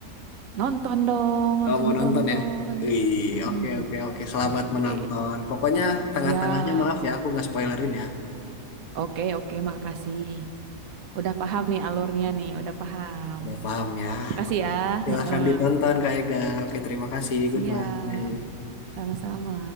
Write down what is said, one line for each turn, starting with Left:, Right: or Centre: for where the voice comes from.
Right: Nonton dong, langsung
Left: Oh, mau
Right: ditonton.
Left: nonton ya? Ih,
Right: Mm-mm.
Left: oke oke oke. Selamat
Right: Oke,
Left: menonton. Pokoknya
Right: siap.
Left: tengah-tengahnya maaf ya, aku nggak spoilerin ya.
Right: Oke, oke, makasih. Udah paham nih alurnya nih, udah paham.
Left: Udah paham ya?
Right: Makasih
Left: Oke.
Right: ya.
Left: Silahkan
Right: Heeh.
Left: ditonton Kak Ega. Oke, terima kasih.
Right: Siap,
Left: Goodbye.
Right: sama-sama.